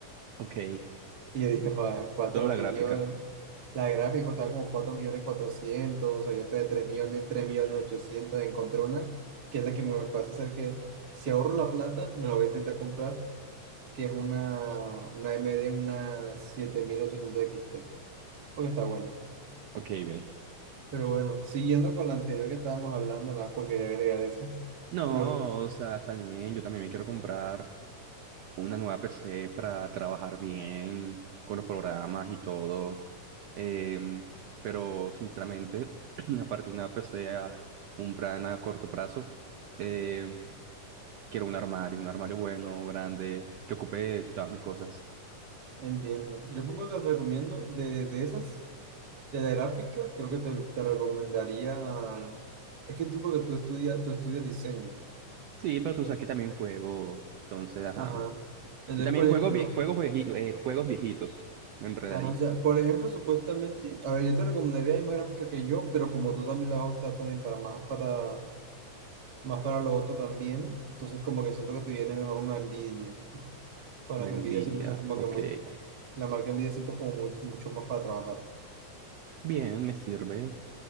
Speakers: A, on the right; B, on the right.
A: ok.
B: Y yo dije, joder, 4
A: Toda la
B: millones.
A: gráfica.
B: La gráfica estaba como 4 millones cuatrocientos o sea yo te de 3 millones, 3 millones ochocientos Encontré una que es la que me pasa a hacer que si ahorro la plata, me la voy a intentar comprar, que es una, una MD, una 7800 XT, porque está buena.
A: Ok, bien.
B: Pero bueno, siguiendo con la anterior que estábamos hablando, nada más porque quería agregar eso.
A: No,
B: Pero
A: o sea, está bien, yo también me quiero comprar. una nueva PC para trabajar bien con los programas y todo. Em, pero sinceramente, <clears throat> aparte de una PC a un plan a corto plazo, eh, quiero un armario, un armario bueno, grande, que ocupe todas mis cosas.
B: entiendo. Yo por ejemplo, te recomiendo de, de esas, de la gráfica, creo que te, te recomendaría. Es que tú, porque tú estudias, tú estudias diseño.
A: Sí, pero tú sabes que también juego, entonces, ajá.
B: Ajá. Entonces,
A: Y también
B: por ejemplo,
A: juego, vie- juego juegui- eh, juegos viejitos. Me enredé
B: ajá,
A: ahí.
B: o sea, por ejemplo, supuestamente, a ver, yo te recomendaría la misma gráfica que yo, pero como tú también la vas a optar también para más para más para lo otro también, entonces como que siento que te viene mejor una envidia Con las
A: Una Nvidia,
B: envidias siempre son como
A: ok.
B: que muy, la marca envidia siempre es como muy, mucho más para trabajar. O
A: Bien, me sirve.